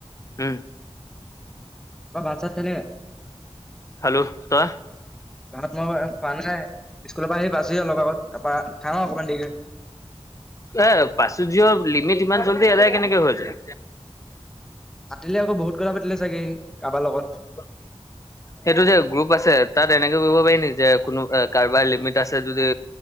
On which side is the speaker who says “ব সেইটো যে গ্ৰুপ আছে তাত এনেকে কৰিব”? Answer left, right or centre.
Left